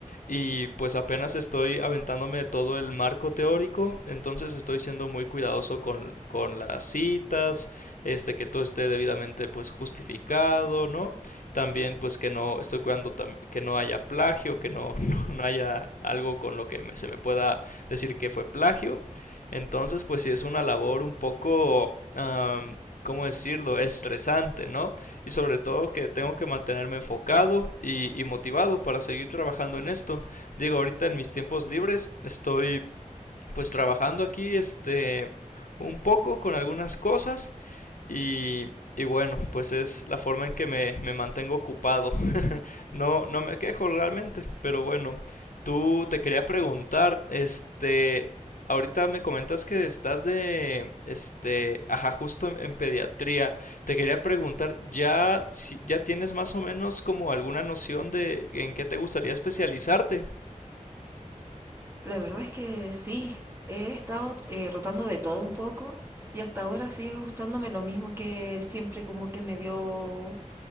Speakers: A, on the left (about 80°); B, on the right (about 20°).
A: y pues apenas estoy aventándome todo el marco teórico, entonces estoy siendo muy cuidadoso con, con las citas, este que todo esté debidamente pues justificado, ¿no? También pues que no estoy cuidando que no haya plagio, que no, <laughs> no, no haya algo con lo que me, se me pueda decir que fue plagio. Entonces pues sí es una labor un poco... Um, ¿cómo decirlo? Estresante, ¿no? y sobre todo que tengo que mantenerme enfocado y, y, motivado para seguir trabajando en esto. Digo, ahorita en mis tiempos libres estoy pues trabajando aquí este un poco con algunas cosas y, y bueno, pues es la forma en que me, me mantengo ocupado. No, no me quejo realmente, pero bueno, tú te quería preguntar, este, ahorita me comentas que estás de, este, ajá, justo en, en pediatría. Te quería preguntar, ¿ya, si- ya tienes más o menos como alguna noción de en qué te gustaría especializarte?
B: La verdad es que sí, he estado eh, rotando de todo un poco y hasta ahora sigue gustándome lo mismo que siempre como que me dio